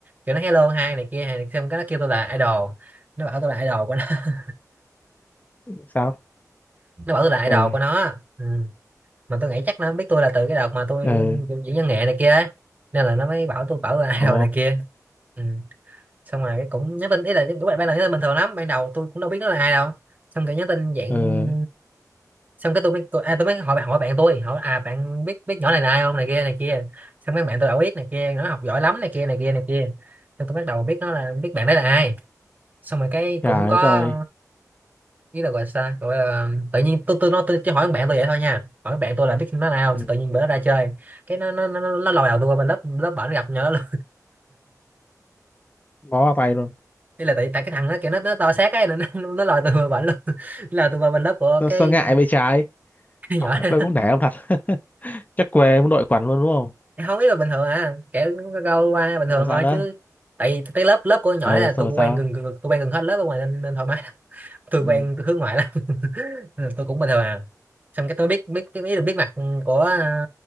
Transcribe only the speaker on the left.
sao
ừ
ừ
ồ
ừ
trời
đất ơi
ừ.
bó vào tay luôn
tôi
sơ ngại bên trái
à,
tôi cũng nể ông thật <laughs> chắc quê muốn đội quần luôn đúng không
Xong
rồi sao
nữa
ừ
xong
rồi
sao
ừ